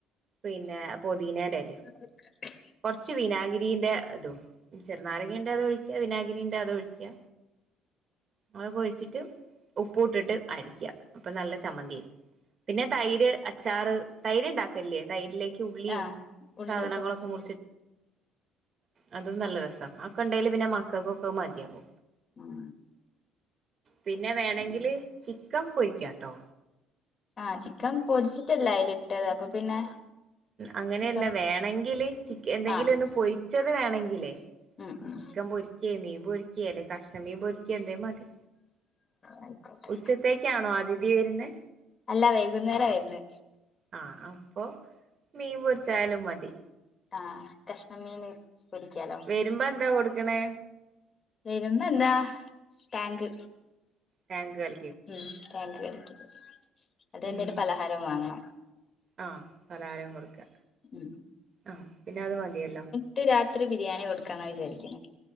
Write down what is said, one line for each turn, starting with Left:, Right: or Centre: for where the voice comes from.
Right: പിന്നെ പൊതിനേൻ്റെ ഇലയും
Left: <inaudible>
Right: കുറച്ച് വിനാഗിരിന്റെ അതോ ചെറുനാരക ഉന്റെ അതോ ഒഴിക്കാ വിനാഗിരിന്റെ അതോ ഒഴിക്കുക <unintelligible> ഒഴിച്ചിട്ട് ഉപ്പ ഇട്ടിട്ട് അടിക്കുക അപ്പൊ നല്ല ചമ്മന്തിയ പിന്നെ തൈര് അച്ചാറ് തൈര്ണ്ടാക്കല്ലേ തൈരിലേക്ക് ഉള്ളിയും
Left: ആഹ് ഉള്ളിയൊക്കെ
Right: സാധനങ്ങളൊക്കെ
Left: മുറിച്ചിട്ട്
Right: <unintelligible> അതും നല്ല രസമാണ് ആഹ് ഒക്കെണ്ടേൽ പിന്നെ മക്കക്കൊക്കെ മതിയാവും
Left: ഉം
Right: പിന്നെ വേണെങ്കില്
Left: ഉം
Right: ചിക്കൻ പൊരിക്കാട്ടോ
Left: ആഹ് ചിക്കൻ പൊരിച്ചിട്ടല്ലേ അതില് ഇട്ടത് അപ്പൊ പിന്നെ
Right: അങ്ങനെയല്ല
Left: ചിക്കൻ
Right: വേണെങ്കില് ചിക്ക എന്തെങ്കിലും
Left: ആഹ്
Right: ഒന്ന് പൊരിച്ചത് വേണെങ്കിലേ
Left: ഉം ഉം
Right: <unintelligible> പൊരിക്കേ മീൻ പൊരിക്കിയല്ലെ കഷ്ണം മീ പൊരിക്ക എന്തേ മതി
Left: ആയിക്കോട്ടെ
Right: ഉച്ചത്തേക്കാണോ അതിഥി വരുന്നേ
Left: അല്ല വൈകുന്നേരമായിരുന്നു
Right: ആഹ് അപ്പൊ മീൻ പൊറിച്ചായാലും മതി
Left: ആഹ് കഷ്ണം മീന് പൊരിക്കാലോ
Right: വരുമ്പോ എന്താ കൊടുക്കണേ
Left: വരമ്പ എന്താ ടാങ്ക്
Right: ടാങ്ക് കല
Left: ഉം ടാങ്ക് കലക്കിപ്പൊ. അതെന്തേലും
Right: ഉം
Left: പലഹാരം വാങ്ങണം.
Right: ആഹ് പലഹാരം കൊട്ക്കാ.
Left: ഉം
Right: ആഹ് പിന്നെ അത് മതിയല്ലോ.
Left: ട്ട് രാത്രി ബിരിയാണി കൊട്ക്കാന്നാ വിചാരിക്ക്ന്നെ.